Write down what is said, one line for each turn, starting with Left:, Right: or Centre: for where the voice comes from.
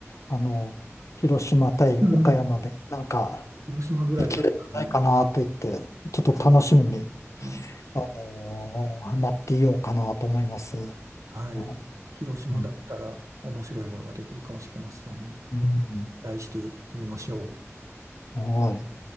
Left: あの、広島対岡山で、
Right: うん、うん
Left: なんか、
Right: 広島ぐらいだったらね、
Left: できるんじゃないかなと言って、ちょっと楽しみに
Right: うん、
Left: あのーなっていようかなと思います。は
Right: はい、
Left: い。
Right: 広島だったら面白いものができるかもしれません。
Left: うん。うん。
Right: 題してみましょう。
Left: はい。